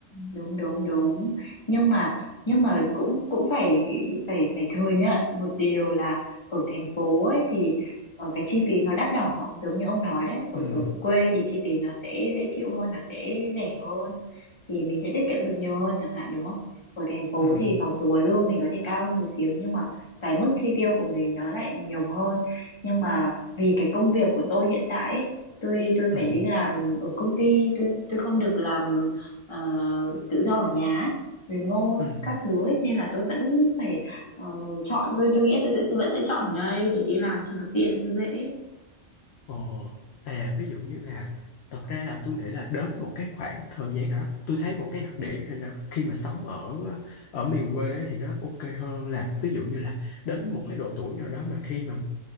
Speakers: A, on the left; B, on the left.
A: đúng đúng đúng nhưng mà nhưng mà cũng cũng phải phải phải thừa nhận một điều là ở thành phố ấy thì ờ, cái chi phí nó đắt đỏ giống như ông nói đấy ở
B: Ừ,
A: ở quê thì chi phí nó sẽ dễ chịu hơn nó sẽ rẻ hơn thì mình sẽ tiết kiệm được nhiều hơn chẳng hạn đúng không ở thành phố
B: ừ,
A: thì mặc dù là lương mình có thể cao hơn một xíu nhưng mà cái mức chi tiêu của mình nó lại nhiều hơn nhưng mà vì cái công việc của tôi hiện tại ấy, tôi tôi
B: ừ,
A: phải đi làm ở công ty tôi tôi không được làm ờ, tự do ở nhà ấy, remote
B: ừ.
A: các thứ ấy nên là tôi vẫn phải ờ, chọn tôi tôi nghĩ tôi sẽ vẫn sẽ chọn ở đây để đi làm cho nó tiện cho dễ
B: Ồ, à ví dụ như là thật ra là tôi nghĩ là đến một cái khoảng thời gian đó tôi thấy một cái đặc điểm rồi nè khi mà sống ở ở miền quê thì nó ok hơn là ví dụ như là đến một cái độ tuổi nào đó mà khi mà